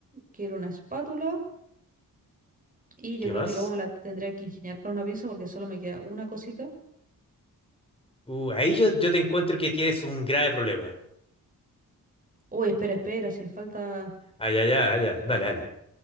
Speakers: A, on the right (about 25°); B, on the left (about 15°).
A: Quiero una espátula y yo
B: ¿Qué
A: creo
B: más?
A: que luego me la tendría que ingeniar para una pinza porque solo me queda una cosita.
B: Uh, ahí yo, yo te encuentro que tienes un grave problema.
A: Uy, espera, espera, si me falta...
B: Ah, ya, ya, ah, ya.
A: Ya,
B: Dale, dale.